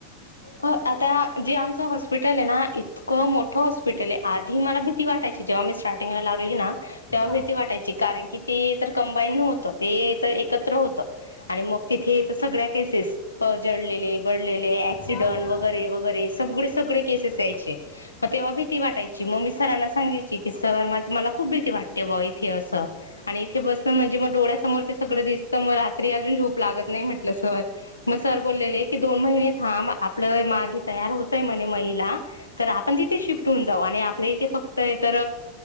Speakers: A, on the left (about 80°); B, on the left (about 35°).
A: आता जे आमचा हॉस्पिटल आहे ना इतकं मोठं हॉस्पिटल आहे आधी मला भीती वाटयची जेव्हा मी स्टार्टिंगला लागली ना तेव्हा
B: हा
A: भीती वाटायची कारण की ते तर कंबाईड नव्हतं ते तर एकत्र होत आणि मग तिथे सगळ्या केसेस जळलेले बडलेले ऍक्सिडंट
B: हा ना
A: वगैरे वगैरे सगळे सगळे केसेस यायचे मग तेव्हा भीती वाटायची मग मी सरांना सांगायचे की सर मला खूप भीती वाटते इथे अस आणि इथे बसण म्हणजे मग डोळ्या समोर ते सगळं दिसत मग रात्री अजून झोप लागत नाही म्हटलं सर मग सर बोललेले दोन महिने थांब आपलं मागे तयार होतय म्हणे महिला तर आपण तिथे शिफ्ट होऊन जाऊ आणि आणि आपल्या इथे फक्त हे तर